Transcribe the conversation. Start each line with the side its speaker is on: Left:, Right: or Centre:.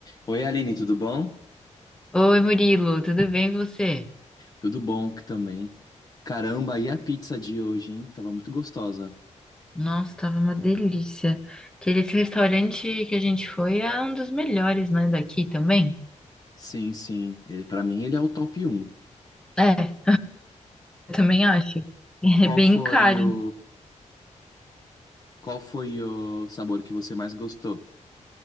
Left: Oi, Aline, tudo bom?
Centre: Oi, Murilo, tudo bem e você?
Left: Tudo bom que também. Caramba, e a pizza de hoje, hein? Tava muito gostosa.
Centre: Nossa, tava uma delícia. Aquele esse restaurante que a gente foi é um dos melhores, né, daqui também?
Left: Sim, sim. Ele, para mim ele é o top um.
Centre: É, eu também acho. <laughs> É
Left: Qual
Centre: bem
Left: foi
Centre: caro.
Left: o qual foi o sabor que você mais gostou?